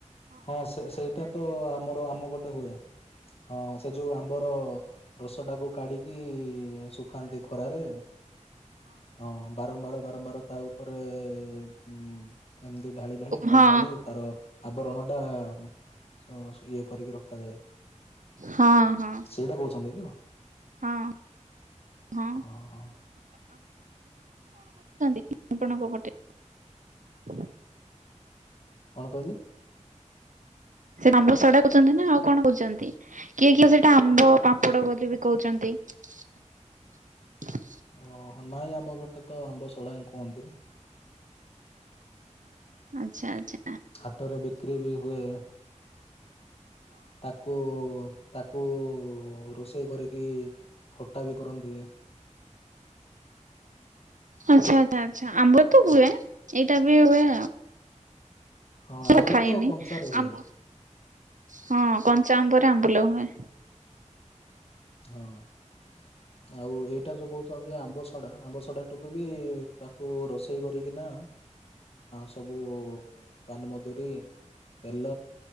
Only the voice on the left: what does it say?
ହଁ ସେ ସେଇଟା ତ ଆମର ଆମ ଗୋଟେ ହୁଏ ହଁ ସେ ଯୋଉ ଆମ୍ବର । ରସ ଟାକୁ କାଢିକି । ଶୁଖାନ୍ତି ଖରାରେ ହଁ ବାରମ୍ବାର ବାରମ୍ବାର । ତା ଉପରେ । ଉଁ ଏମିତି ଢାଳି ଢାଳି ଢାଳି
ଢାଳି ତାର । ପଣା ଟା । ହୁଁ ସ । ଇଏ କରିକି ରଖାଯାଏ
ସେଇଟା କହୁଛନ୍ତି ତ
ହ ହଁ ।
କଣ କହିଲେ?
ଓହୋ ନାଇଁ ଆମ୍ବ ପଟେ ତ ଆମ୍ବ ସଡ଼ା ହିଁ କୁହନ୍ତି।
ହାଟରେ ବିକ୍ରି ବି ହୁଏ । ତାକୁ ତାକୁ ରୋଷେଇ । ଷେଇ କରିକି ଖଟା ବି କରନ୍ତି।
ହଁ
ଆମ୍ବୁଲ
ତ କଞ୍ଚାରେ ହୁଏ।
ହଁ । ଆଉ ଏଇଟା ଯୋଉ କହୁଛନ୍ତି ଆମ୍ବ ସଡା ଆମ୍ବ ସଡାଟା ବି ତାକୁ ରୋଷେଇ କରିକିନା ସବୁ ପାନମଧୁରୀ ତେଲ